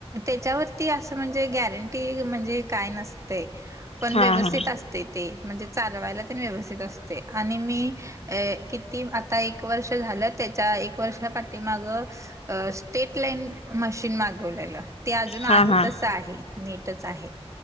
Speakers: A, on the right (about 30°); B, on the left (about 65°).
A: त्याच्यावरती असं म्हणजे गॅरंटी म्हणजे काय नस ते पण
B: हा
A: व्यवस्थित
B: हा
A: असते ते म्हणजे चालवायला पण व्यवस्थित असते आणि मी. अ किती आता एक वर्ष झालं त्याच्या एक वर्षा पाठीमाग. अ स्टेट लाईन. मशीन मागवलेलं ते अजून आहे
B: हा हा
A: तस आहे नीटच आहे.